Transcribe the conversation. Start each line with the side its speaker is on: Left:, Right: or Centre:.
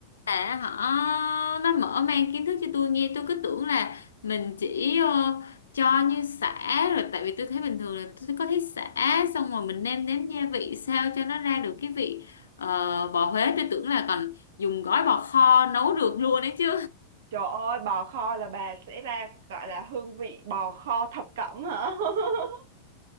Left: là họ nó mở mang kiến thức cho tôi nghe tôi cứ tưởng là mình chỉ ờ, cho như sả rồi tại vì tôi thấy bình thường là tôi có thấy sả xong rồi mình nêm nếm gia vị sao cho nó ra được cái vị ờ, bò Huế tôi tưởng là còn dùng gói bò kho nấu được luôn đấy chứ
Right: trời ơi bò kho là bà sẽ ra gọi là hương vị bò kho thập cẩm hả <laughs>